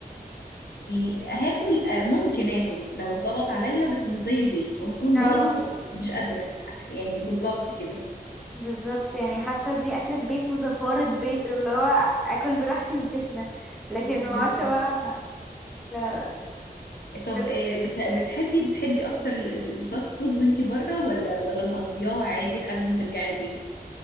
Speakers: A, on the left; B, in the centre.
A: يعني هاكل آه، ممكن اكل لو اتضغط عليا بس مش زي البيت وهكون
B: اه
A: برضو مش قادرة يعني بالضغط كده
B: بالظبط يعني حاسة دي أكلة بيت وزفارة بيت اللي هو أكل براحتي في بيتنا لكن
A: بالضبط
B: ما اقعدش بقى لا
A: طب
B: دل-
A: آه، بت- بتحبي بتحبي اكتر ال- ال- الفاست فود وانتي بره ولا ولا مقضياها عادي لحد ما ترجعي البيت